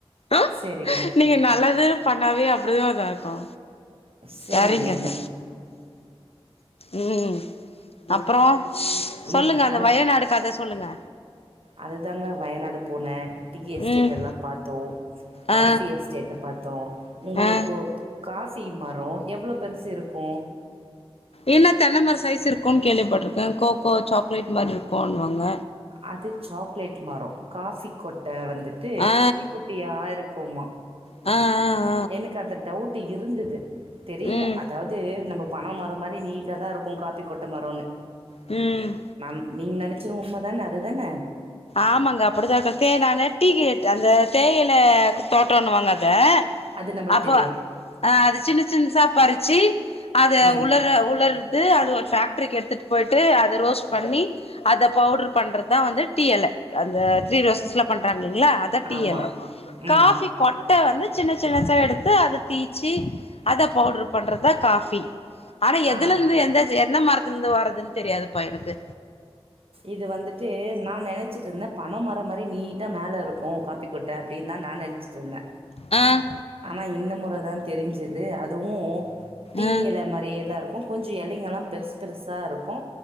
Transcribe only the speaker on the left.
அ
நீங்க நல்லது பண்ணாவே அப்பிடிதா இதா இருக்கு
சரிங்க அத்த ம் அப்பறோ
சொல்லுங்க அந்த
வயநாடுக்கத சொல்லுங்க
ம்
ஆ
ஆ
என்ன தென்னைமரோ சைஸ் இருக்குன் கேள்விப்பட்டிருக்க கோகோ சாக்லேட் மாரி இருக்குன்னுவாங்க
ஆ
அ அ
ம்
ம்
ஆமாங்க அப்படிதா இருக்கு தே நானு டீ கேட் அந்த தேயில தோட்டோண்ணுவாங்க அத
அப்போ
அ அது சின்ன சின்னுசா பறிச்சி அத
உலர உலர் அது அது ஒரு ஃபேக்டரிக்கு எடுத்துட்டு போய்ட்டு அத ரோஸ்ட் பண்ணி அத பவுட்ரு பண்றது அதா வந்து டீ எல அந்த த்ரீ ரோசஸ்லா பண்றாங்கலிங்ளா அதா டீ
எல
காஃபி கொட்ட வந்து சின்ன சின்னச்சா எடுத்து அத தீச்சி அத பவுட்ரு பண்றதுதா காஃபி ஆனா எதுல
இருந்து எந்த என்ன மரத்துல இருந்து வர்றதுன்னு தெரியாதுப்பா எனக்கு
ஆ
ஆ